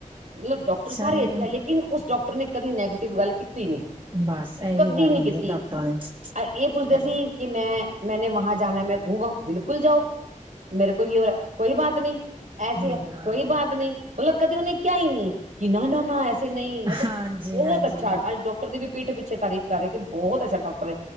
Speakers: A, on the right; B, on the right.
A: ਮਤਲਬ ਡਾਕਟਰ
B: ਅੱਛਾ
A: ਸਾਰੇ
B: ਜੀ
A: ਅੱਛੇ, ਲੇਕਿਨ ਉਸ ਡਾਕਟਰ ਨੇ ਕਦੇ ਨੈਗੇਟਿਵ ਗੱਲ ਕੀਤੀ ਕਦੀ ਨਹੀਂ,
B: ਬਸ ਇਹੀ
A: ਕਦੀ
B: ਗੱਲ
A: ਨੀ
B: ਹੁੰਦੀ
A: ਕੀਤੀ।
B: ਹੈ ਡਾਕਟਰਾਂ ਦੀ
A: ਇਹ ਪੁੱਛਦੇ
B: ਚਲੋ
A: ਸੀ, ਕਿ ਮੈਂ ਮੈਨੇ ਵਾਂ ਜਾਨਾ ਹੈ, ਮੈਂ ਘੁੰਮ ਆਊ? ਬਿਲਕੁਲ ਜਾਓ। ਮੇਰੇ ਕੋ ਯ ਹੋਇਆ। ਕੋਈ ਬਾਤ ਨੀ। ਐਸੇ
B: ਹਾਂ
A: ਆ। ਕੋਈ ਬਾਤ ਨੀ। ਮਤਲਬ ਕਦੇ ਉਹਨੇ ਕਿਹਾ ਹੀ ਨਹੀਂ ਕਿ ਨਾ ਨਾ ਨਾ ਐਸ ਨਹੀਂ ਮਤਲਬ
B: ਹਾਂਜੀ
A: ਬਹੁਤ
B: ਹਾਂਜੀ
A: ਅੱਛਾ, ਅੱਜ ਡਾਕਟਰ ਦੀ ਵੀ ਪੀਠ ਪਿੱਛੇ ਤਾਰੀਫ਼ ਕਰ ਰਹੇ ਕਿ ਬਹੁਤ ਅੱਛਾ ਡਾਕਟਰ